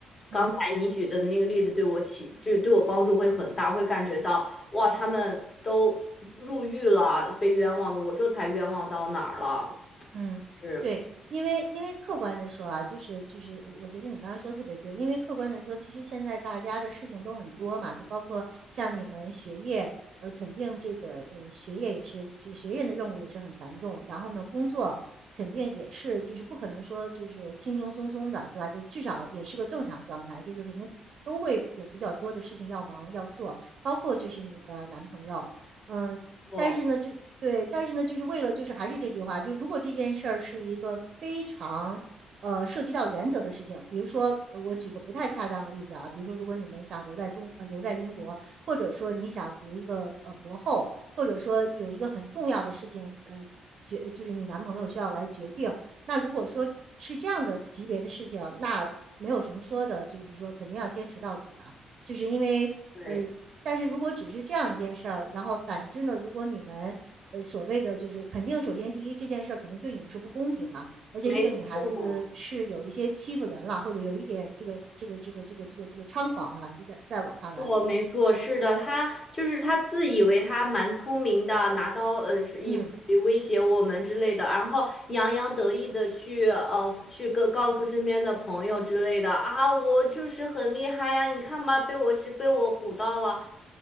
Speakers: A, on the left; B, on the right.
A: 刚才你举的那个例子对我起就是对我帮助会很大，
B: 嗯
A: 会感觉到哇，他们都入狱了，被冤枉的，我这才冤枉到哪儿了？
B: 嗯，
A: 是，
B: 对，因为因为客观的说啊，就是就是我，我觉得你刚刚说的特别对，因为客观的说，其实现在大家的事情都很多嘛，就包括像你们学业，呃，肯定这个呃学业也是，就是学业的任务也是很繁重，然后呢，工作肯定也是，就是不可能说就是轻轻松松的，对吧？就至少也是个正常状态，就是肯定都会有比较多的事情要忙要做，包括就是你的男朋友。嗯，
A: 我
B: 但是呢，就对，但是呢，就是为了，就是还是这句话，就如果这件事儿是一个非常呃涉及到原则的事情，比如说呃我举个不太恰当的例子啊，比如说如果你们想留在中呃留在英国，或者说你想读一个呃博后，或者说有一个很重要的事情呃决就是你男朋友需要来决定，那如果说是这样的级别的事情，那没有什么说的，就是说肯定要坚持到底的，就是因为呃但是如果只是这样一件事儿，
A: 对，
B: 然后反之呢，如果你们呃所谓的就是肯定，首先第一这件事儿肯定对你们是不公平嘛，而且这个女孩子是有一些欺负人了，
A: 没错，
B: 或者有一点这个这个这个这个这个这个猖狂啊，就在在我看来，
A: 我没错，是的，他就是他自以为他蛮聪明的，拿刀呃是以法律威胁我们之类的，
B: 嗯
A: 然后洋洋得意的去呃去告告诉身边的朋友之类的啊，我就是很厉害呀，你看吧，被我是被我唬到了，